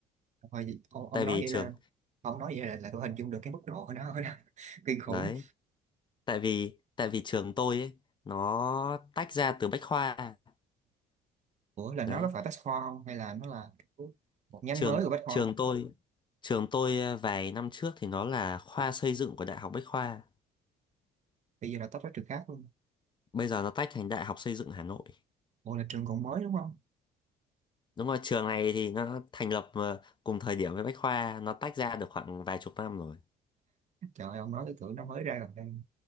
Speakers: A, on the right; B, on the left.
A: Thôi, vậy- ông, ông
B: tại
A: nói
B: vì
A: vậy
B: trường
A: là ông nói vậy là, là tôi hình dung được cái mức độ của nó rồi đó <laughs> kinh khủng
B: đấy tại vì tại vì trường tôi ấy nó tách ra từ Bách Khoa
A: ủa là nó
B: đấy
A: có phải bách khoa không hay là nó là kiểu một nhánh
B: trường
A: mới của bách khoa
B: trường tôi trường tôi ờ, vài năm trước thì nó là khoa xây dựng của Đại học Bách Khoa
A: bây giờ là tách ra trường khác luôn
B: bây giờ nó tách thành Đại học xây dựng Hà Nội
A: ủa là trường còn mới đúng không
B: đúng rồi trường này thì nó thành lập ờ, cùng thời điểm với Bách Khoa nó tách ra được khoảng vài chục năm rồi
A: trời ơi, ông nói cái tưởng nó mới ra gần đây